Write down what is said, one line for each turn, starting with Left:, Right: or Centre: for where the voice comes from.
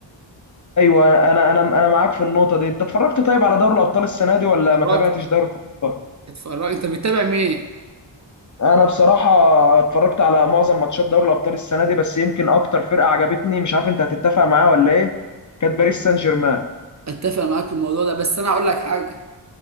Left: ايوه انا انا انا أنا معاك في النقطة دي انت اتفرجت طيب على دوري الابطال السنة دي ولا
Right: اتفرجت
Left: ما تابعتش دوري الابطال
Right: اتفرجت انت بتتابع مين
Left: انا بصراحه اتفرجت على معظم ماتشات دوري الابطال السنه دي بس يمكن اكتر فرقه عجبتني مش عارف انت هتتفق معايا ولا ايه كانت باريس سان جيرمان
Right: اتفق معاك في الموضوع ده بس انا اقول لك حاجه